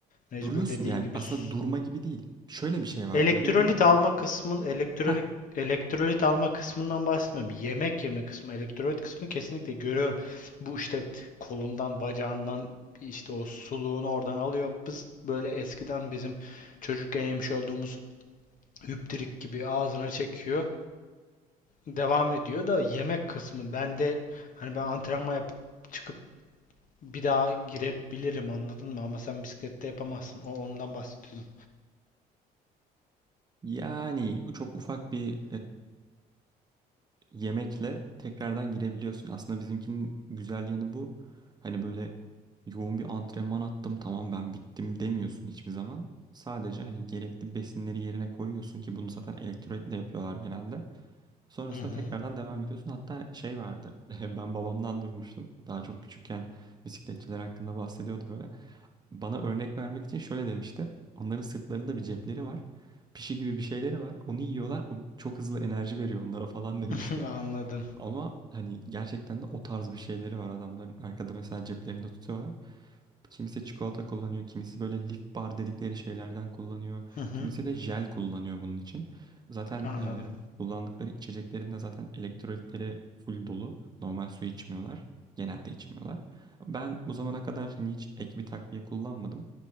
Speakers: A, on the left (about 50°); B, on the right (about 25°).
A: Mecbur
B: Duruyorsun
A: dediğin
B: yani
A: gibi
B: aslında
A: s-
B: durma gibi değil. Şöyle bir şey var
A: elektrolit
B: bölüyorum ama.
A: alma kısmın elektrolit
B: Heh,
A: elektrolit alma kısmından bahsetmiyorum. Yemek yeme kısmı, elektrolit kısmı kesinlikle görüyorum. Bu işte kolundan, bacağından işte o suluğunu oradan alıyor. Biz böyle eskiden bizim çocukken yemiş olduğumuz hüptirik gibi ağzına çekiyor. devam ediyor da yemek kısmı bende hani ben antrenman yapıp çıkıp bir daha girebilirim anladın mı? Ama sen bisiklette yapamazsın. O ondan bahsediyordum.
B: yani çok ufak bir yemekle tekrardan girebiliyorsun. Aslında bizimkinin güzel yanı bu. Hani böyle yoğun bir antrenman attım tamam ben bittim demiyorsun hiçbir zaman. Sadece hani gerekli besinleri yerine koyuyorsun ki bunu zaten elektrolitle yapıyorlar genelde. Sonrasında
A: Hı hı.
B: tekrardan devam ediyorsun. Hatta şey vardı <laughs> ben babamdan duymuştum. Daha çok küçükken bisikletçiler hakkında bahsediyordu böyle. Bana örnek vermek için şöyle demişti. Onların sırtlarında bir cepleri var. Pişi gibi bir şeyleri var. Onu yiyorlar. O çok hızlı enerji veriyor onlara falan <laughs> demişti.
A: <laughs> Anladım.
B: Ama hani gerçekten de o tarz bir şeyleri var adamların. Arkada mesela ceplerinde tutuyorlar. Kimisi çikolata kullanıyor, kimisi böyle lif bar dedikleri şeylerden kullanıyor.
A: Hı hı.
B: Kimisi de jel kullanıyor bunun için. Zaten
A: Anladım.
B: e, kullandıkları içeceklerin de zaten elektrolitleri full dolu. Normal su içmiyorlar. Genelde içmiyorlar. Ben bu zamana kadar hani hiç ek bir takviye kullanmadım.